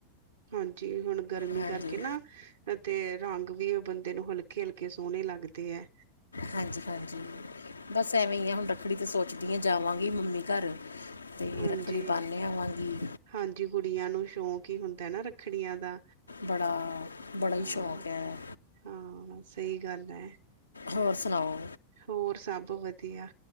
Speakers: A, on the right; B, on the left.
A: ਹਾਂਜੀ ਹੁਣ ਗਰਮੀ
B: ਹਾਂਜੀ
A: ਕਰਕੇ ਨਾ ਤੇ। ਰੰਗ ਵੀ ਉਹ ਬੰਦੇ ਨੂੰ ਹਲਕੇ ਹਲਕੇ ਸੋਹਣੇ ਲੱਗਦੇ ਹੈ।
B: ਹਾਂਜੀ ਹਾਂਜੀ। ਬਸ ਐਵੇਂ ਹੀ ਆ ਹੁਣ ਰੱਖੜੀ ਤੇ ਸੋਚਦੀ ਆ ਜਾਵਾਂਗੀ ਮੰਮੀ ਘਰ ਅਤੇ
A: ਹਾਂਜੀ
B: ਰੱਖੜੀ ਬੰਨ ਆਵਾਂਗੀ
A: ਹਾਂਜੀ ਕੁੜੀਆਂ ਨੂੰ ਸ਼ੌਕ ਹੁੰਦਾ ਨਾ ਰੱਖੜੀਆਂ ਦਾ।
B: ਬੜਾ ਬੜਾ ਹੀ
A: ਹਾਂ
B: ਸ਼ੌਕ ਹੈ
A: ਹਾਂ ਸਹੀ ਗੱਲ ਹੈ
B: ਹੋਰ ਸੁਣਾਓ
A: ਹੋਰ ਸਭ ਵਧੀਆ